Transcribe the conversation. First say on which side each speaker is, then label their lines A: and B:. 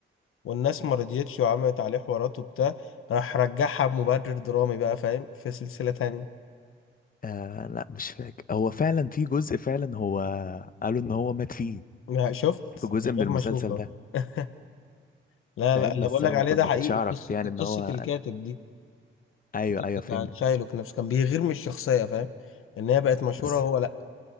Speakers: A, on the left; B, on the left.
A: والناس ما رضيتش وعملت عليه حوارات وبتاع راح رجعها بمبرر درامي بقى فاهم في سلسله تانية
B: آه لا مش فاكر هو فعلا في جزء فعلا هو قالوا ان هو مات فيه
A: ما شفت
B: في جزء
A: من
B: من
A: غير
B: المسلسل
A: ما اشوفها
B: ده
A: <laughs> لا
B: فاهم
A: لا اللي
B: بس
A: بقول لك
B: انا
A: عليه
B: ما كنت
A: ده
B: ما
A: حقيقي
B: كنتش اعرف
A: قصه
B: يعني ان
A: قصة
B: هو
A: الكاتب دي
B: ايوه
A: الكاتب
B: ايوه
A: بتاع
B: فهمت
A: شايلوك نفسه كان بيغير من الشخصيه فاهم ان هي بقت مشهوره
B: بس
A: وهو لا